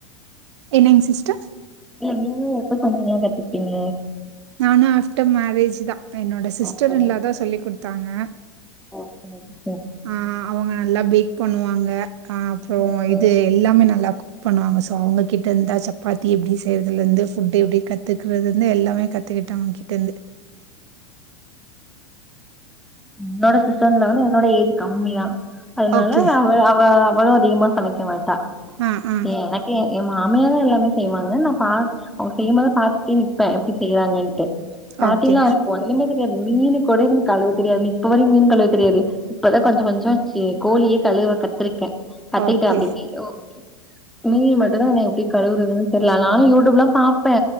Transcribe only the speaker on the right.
என்னங்க சிஸ்டர்
நானு ஆஃப்டர் மேரேஜ் தா என்னோட சிஸ்டர்
இன்லாதா சொல்லிக்குடுத்தாங்க
ஆ அவங்க நல்லா பேக் பண்ணுவாங்க அப்புற
இது எல்லாமே நல்லாக்கு பண்ணுவாங்க சோ அவங்ககிட்ட இருந்தா சப்பாத்தி எப்டி செய்யறதுல இருந்து ஃபுட் எப்டி கத்துக்கறதுல இருந்து எல்லாமே கத்து கிட்ட அவகிட்டருந்து
ஓகே
ஆ ஆ
ஓகே
ஓகே